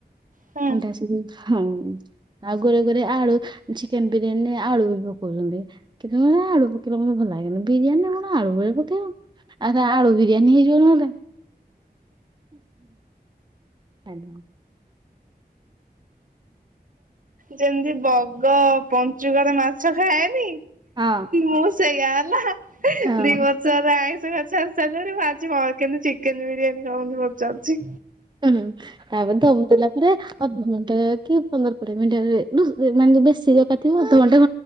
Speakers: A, on the right; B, on the right.
A: ହୁଁ।
B: ଅଣ୍ଡା ସିଜା ହଁ ଆଉ ଘରେ ଘରେ ଆଳୁ ଚିକେନ ବିରିୟାନୀ ଆଳୁ ବି ପକଉଛନ୍ତି କିନ୍ତୁେ ଆଳୁ ପକେଇବାକୁ ମତେ ଭଲ ଲାଗେନି ବିରିୟାନୀ କଣ ଆଳୁ ଗୁରା ପକେଇବ ଆ ଆଳୁ ବିରିୟାନୀ ହେଇଯିବ ନହେଲେ। ହାଲୋ।
A: ଯେମିତି ବଗ ପଞ୍ଚୁକରେ ମାଛ ଖାଏନି
B: ହଁ
A: ମୁଁ ସେଇଆ ହେଲା ଦି
B: ହଁ।
A: ବର୍ଷଲା ଆଇଁଷ ଛାଡ଼ିସରିଲିନି ଆଜି କିନ୍ତୁ ଚିକେନ୍ ବିରିୟାନୀ କଥା ପଚାରୁଛି।
B: ହୁଁ ତା ପରେ ତ ମୁ ପୁରା ଅଧଘଣ୍ଟା କି ପନ୍ଦର କୋଡିଏ ମିନିଟରେ ମାନେ ବେଶୀ କଞ୍ଚା ଥିବ ଅଧଘଣ୍ଟା